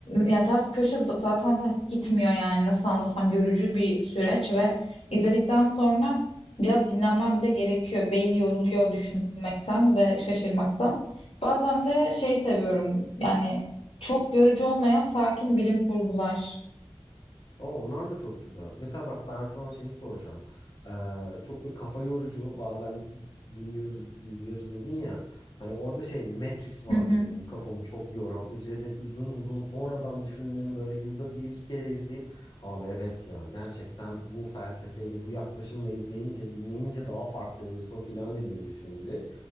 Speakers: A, on the left; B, on the left.
A: yani ters köşe z- zaten da gitmiyor yani nasıl anlasam yorucu bir süreç ve izledikten sonra biraz dinlenmem bile gerekiyor. Beyin yoruluyor düşünmekten ve şaşırmaktan. Bazen de şey seviyorum yani çok yorucu olmayan sakin bilim kurgular.
B: Aa, onlar da çok güzel. Mesela bak ben sana şeyi soracağım. Ee, çok böyle kafa yorucu bazen dinliyoruz, izliyoruz dedin ya. Hani orada şey Matrix vardı
A: Hı hı,
B: benim kafamı çok yoran. Üzerine uzun uzun sonradan düşündüğüm böyle yılda bir iki kere izleyip abi evet ya gerçekten bu felsefeyle bu yaklaşımla izleyince dinleyince daha farklı oluyorsun filan dediğim bir filmdi.